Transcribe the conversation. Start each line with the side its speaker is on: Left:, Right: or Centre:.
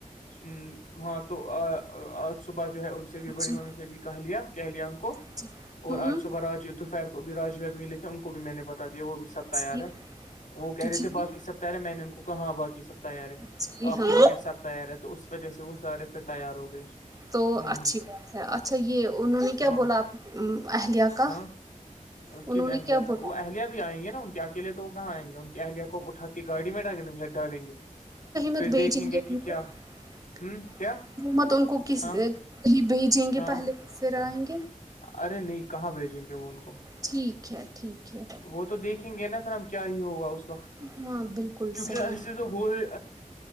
Left: ہ ہاں تو آج صبح جو ہے سے بھی
Right: ہوں
Left: بڑی
Right: جی
Left: ممی سے بھی کہ لیا کہہ لیا ان کو
Right: جی
Left: اور
Right: ہوں
Left: آج صبح آج دوپہر کو بھی رجو بھی ملے تھے ان کو بھی میں نے بتا دیا وہ بھی سب
Right: جی
Left: تیار ہے وہ کہہ
Right: جی
Left: رہے تھے بای سب تیار ہے میں نے ان کو کہ ہاں بای سب ت یار ہے
Right: جی
Left: آپ
Right: ہاں
Left: کے بغیر سب تیار ہے تو اس وجہ سے وہ سارے پھر تیار ہو گئے
Right: تو
Left: ہ
Right: اچھی
Left: ہ
Right: بات ہے اچھا یہ انہوں نے کیا
Left: ہاں
Right: بولاپ اہلیہ کا
Left: ہاں
Right: انہوں
Left: کن اہلیہ
Right: نے کیا
Left: کا
Right: بولا
Left: وہ اہلیہ بھی آئیں گے نا ان کے اکیلے تو وہ کہاں آئیں گے ان کے اہلیہ کو اٹھا کے گاڑی میں ڈالیں گے ڈالیں گے پھر
Right: مت بیجنگ
Left: دیکھیں گے
Right: کے
Left: کہ کیا
Right: حکومت
Left: ہوں کیا
Right: ان کو کسیں
Left: ہاں
Right: بھیجیں گے
Left: ہاں
Right: پہلے پھر آئیں گے
Left: ارے نہیں کہاں بھیجیں گے وہ ان کو
Right: ٹھیک ہے ٹھیک ہے
Left: وہ تو دیکھیں گے نا سھر ہم کیا ہی ہوگا اس وقت
Right: ہاں بالکل
Left: کیونکہ
Right: صحیح
Left: ایسے تو بول